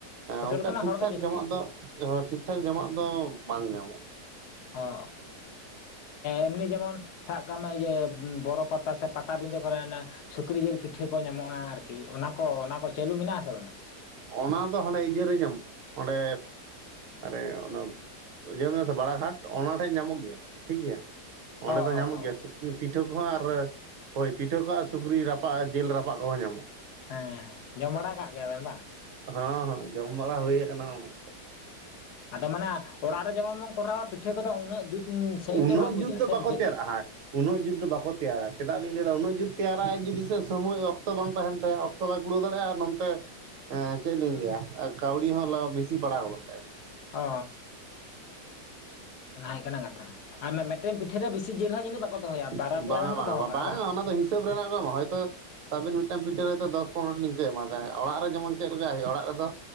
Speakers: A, on the left; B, on the right.
A: ᱦᱳᱴᱮᱞ
B: ᱚᱱᱠᱟ
A: ᱠᱷᱚᱱᱟᱜ
B: ᱴᱷᱤᱠᱴᱷᱟᱠ
A: ᱦᱚᱲᱜᱮ ᱡᱟᱹᱥᱛᱤ
B: ᱡᱚᱢᱟᱜ ᱫᱚ ᱴᱷᱤᱠ ᱴᱷᱟᱠ ᱡᱟᱢᱟᱜ ᱫᱚ ᱵᱟᱝ ᱧᱟᱢᱚᱜ- ᱟ ᱾
A: ᱚ ᱮᱢᱱᱤ ᱡᱮᱢᱚᱱ ᱥᱟᱵ ᱠᱟᱜ ᱢᱮ ᱤᱭᱟᱹ ᱵᱚᱨᱚ ᱯᱟᱛᱟ ᱥᱮ ᱯᱟ ᱯᱟᱴᱟᱵᱤᱸᱫᱟᱹ ᱠᱚᱨᱮ ᱥᱩᱠᱨᱤ ᱡᱤᱞ ᱯᱤᱴᱷᱟᱹ ᱠᱚ ᱧᱟᱢᱚᱜᱼᱟ ᱟᱨᱠᱤ ᱚᱱᱟ ᱠᱚ ᱚᱱᱟ ᱠᱚ ᱪᱟᱹᱞᱩ ᱢᱮᱱᱟᱜᱼᱟ ᱛᱚ
B: ᱚᱱᱟ ᱫᱚ ᱦᱟᱸᱰᱮ ᱤᱭᱟᱹ ᱨᱮ ᱧᱟᱢᱚᱜᱼᱟ ᱚᱸᱰᱮ ᱟᱨᱮ ᱚᱱᱟ ᱤᱭᱟᱹ ᱢᱮ ᱵᱟᱲᱟᱜᱷᱟᱴ ᱚᱱᱟ ᱴᱷᱮᱡ ᱧᱟᱢᱚᱜ ᱜᱮᱭᱟ ᱴᱷᱤᱠᱜᱮᱭᱟ ᱚᱸᱰᱮ
A: ᱚ ᱚ
B: ᱫᱚ ᱧᱟᱢᱚᱜ ᱜᱮᱭᱟ
A: ᱚ
B: ᱯᱤᱴᱷᱟᱹ ᱠᱚᱦᱚᱸ ᱟᱨ ᱦᱳᱭ ᱯᱤᱴᱷᱟᱹ ᱠᱚ ᱟᱨ ᱥᱩᱠᱨᱤ ᱨᱟᱯᱟᱜ ᱡᱤᱞ ᱨᱟᱯᱟᱜ ᱠᱚᱦᱚᱸ ᱧᱟᱢᱚᱜᱼᱟ
A: ᱦᱮᱸ ᱡᱚᱢ ᱵᱟᱲᱟ ᱠᱟᱜ ᱜᱮᱭᱟ ᱵᱤᱱ ᱵᱟᱝ
B: ᱦᱚᱸ ᱦᱚᱸ ᱡᱚᱢ ᱵᱟᱲᱟ ᱦᱩᱭ ᱟᱠᱟᱱᱟ ᱚᱱᱟ
A: ᱟᱫᱚ ᱢᱟᱱᱮ ᱚᱲᱟᱜ ᱨᱮ ᱡᱮᱢᱚᱱ ᱵᱚᱱ ᱠᱚᱨᱟᱣᱟ ᱯᱤᱴᱷᱟᱹ ᱠᱚᱫᱚ ᱩᱱᱟᱹᱜ ᱡᱩᱛ ᱥᱟᱺᱦᱤᱡ
B: ᱩᱱᱟᱹᱜ
A: ᱫᱚ ᱵᱟᱝ ᱵᱩᱡᱷᱟᱹᱜᱼᱟ
B: ᱡᱩᱛ ᱫᱚ
A: ᱥᱮ
B: ᱵᱟᱠᱚ
A: ᱵᱩᱡᱷᱟᱹᱜ
B: ᱛᱮᱭᱟᱨᱟᱜᱼᱟ
A: ᱜᱮᱭᱟ
B: ᱩᱱᱟᱹᱜ ᱡᱩᱛ ᱫᱚ ᱵᱟᱠᱚ ᱛᱮᱭᱟᱨᱟ ᱪᱮᱫᱟᱜᱞᱤᱧ ᱞᱟᱹᱭᱮᱫᱟ ᱩᱱᱟᱹᱜ ᱡᱩᱛ ᱛᱮᱭᱟᱨᱟᱭᱟ ᱡᱩᱫᱤ ᱥᱚᱢᱚᱭ ᱚᱠᱛᱚ ᱵᱟᱝ ᱛᱟᱦᱮᱱ ᱛᱟᱭᱟ ᱚ ᱚᱠᱛᱚ ᱵᱟᱭ ᱠᱩᱲᱟᱹᱣ ᱫᱟᱲᱮᱭᱟᱜᱼᱟ ᱟᱨ ᱱᱚᱛᱮ ᱮᱸ ᱪᱮᱫ ᱞᱤᱧ ᱞᱟᱹᱭᱟ ᱠᱟᱹᱣᱰᱤ ᱦᱚᱸ ᱵᱤᱥᱤ ᱯᱟᱲᱟᱣ ᱜᱚᱫᱚᱜ ᱛᱟᱭ
A: ᱚ ᱚᱱᱟ ᱦᱩᱭᱩᱜ ᱠᱟᱱᱟ ᱠᱟᱛᱷᱟ ᱟᱨ ᱢᱤᱫᱴᱮᱱ ᱯᱤᱴᱷᱟᱹ ᱨᱮ ᱵᱤᱥᱤ ᱡᱤᱞ ᱦᱚᱸ ᱡᱟᱹᱱᱤᱡ ᱵᱟᱠᱚ ᱫᱚᱦᱚᱭᱟ ᱵᱟᱨᱟ
B: ᱵᱟᱝᱟ
A: ᱯᱮᱭᱟ ᱜᱟᱱ
B: ᱵᱟᱝᱟ
A: ᱠᱚ ᱫᱚᱦᱚ ᱠᱟᱜᱼᱟ ᱵᱟᱝ
B: ᱦᱤᱥᱟᱹᱵ ᱨᱮᱱᱟᱜ ᱠᱚ ᱦᱚᱭ ᱛᱚ ᱟᱵᱤᱱ ᱢᱤᱫᱴᱟᱝ ᱯᱤᱴᱷᱟᱹ ᱨᱮᱫᱚ ᱫᱚᱥ ᱯᱚᱱᱨᱚ ᱴᱤ ᱞᱤᱧ ᱮᱢᱟᱫᱟ ᱚᱲᱟᱜ ᱨᱮ ᱡᱮᱢᱚᱱ ᱪᱮᱫ ᱞᱮᱠᱟᱭ ᱦᱩᱭᱩᱜᱼᱟ ᱚᱲᱟᱜ ᱨᱮᱫᱚ